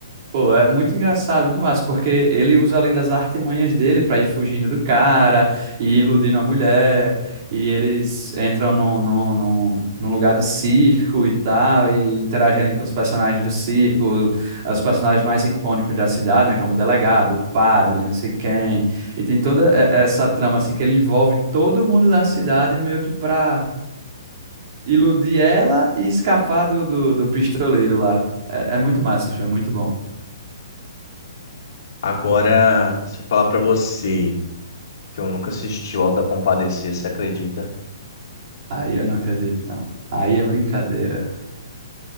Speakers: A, on the right; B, on the left.
A: Pô, é muito engraçado, muito massa, porque ele usa ali das artimanhas dele pra ir fugindo do cara e iludindo a mulher, e eles entram num, num, num, num lugar de circo e tal, e interagem ali com os personagens do circo, os personagens mais icônicos da cidade, né, como o delegado, o padre, não sei quem, e tem toda eh, essa trama, assim, que ele envolve todo mundo da cidade meio que pra iludir ela e escapar do, do, do pistoleiro lá. É, é muito massa, o filme, é muito bom.
B: Agora, se eu falar pra você que eu nunca assisti o Auto da Compadecida, você acredita?
A: Aí eu não acredito, não. Aí é brincadeira.